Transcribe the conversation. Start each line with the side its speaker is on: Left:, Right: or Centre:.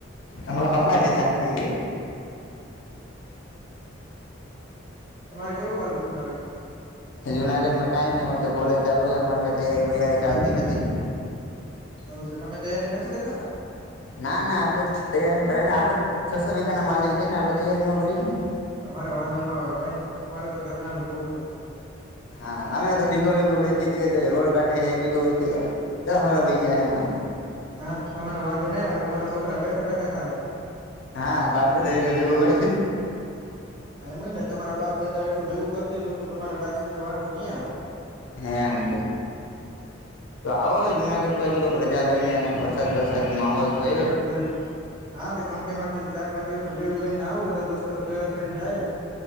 Left: અમારે હા છે શાંતિ છે.
Right: તમારે કેવુંક હાલે જુનાગઢ માં
Left: જુનાગઢ માં કઈ નઈ અમે તો કોલેજ ચાલુ હે અમારે કઈ તૈયારી બેયારી ચાલતી નથી.
Right: એવુ છે તમે તૈયારી નથી કરતા.
Left: ના ના આપડે તૈયારી કર ને આપડે છસો વીઘા ના માલિક છે ને આપણે તૈયારી ન કરીએ ને.
Right: તમારે વાંધો ના આવે ભાઈ અમારે તો ઘરના નું જોવું પડે.
Left: હા અમે તો વીગો વગો વેચી દેએ તો રોડ કાઢે એક વીગો વેચી દસ વરસ વહી જાય અમારે.
Right: હા તમારો વાંધો નઈં આવે તમારા છોકરા બેઠા બેઠા ખાહે.
Left: હા બાપે એટલે ભેગો કર.
Right: હા એમજ ને તમારા બાપ દાદા એટલું ભેગું કર દીધું તો તમારા લાજ વાંધો નહીં આવે.
Left: હા એમજ તો આવો જુનાગઢ બાજુ કક રજા લઈને વરસાદ વરસાદ માહોલ થયો
Right: હમમ. હા તો કંપની માંથી ચાર પાંચ દિવસ નો લીવ લઈ ને આવું બધા દોસ્તોર ભેગા કરીને જાયે.